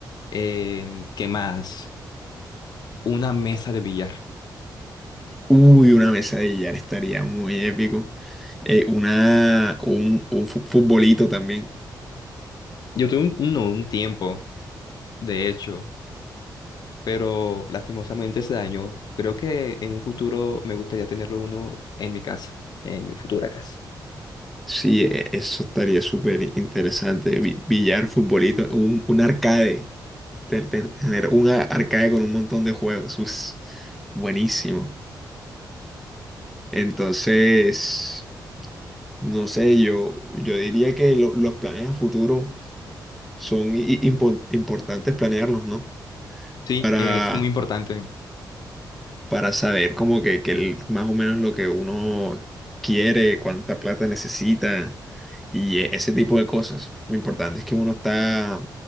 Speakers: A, on the left (about 60°); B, in the centre.
A: em, ¿qué más? Una mesa de billar.
B: Uy, una mesa de billar estaría muy épico. Eh, una, un, un fu- futbolito también.
A: Yo tuve un, no, un tiempo, de hecho, pero lastimosamente se dañó. Creo que en un futuro me gustaría tenerlo uno en mi casa, en mi futura casa.
B: Sí, e- eso estaría súper interesante. Vi- Billar, futbolito, un, un arcade. te- te- Tener un a- arcade con un montón de juegos. us, buenísimo. Entonces, no sé, yo, yo diría que lo- los planes a futuro son i- i- impo- importantes planearlos, ¿no?
A: Sí,
B: Para
A: es muy importante.
B: para saber como que, que el- más o menos lo que uno quiere, cuánta plata necesita y e- ese tipo de cosas. Lo importante es que uno está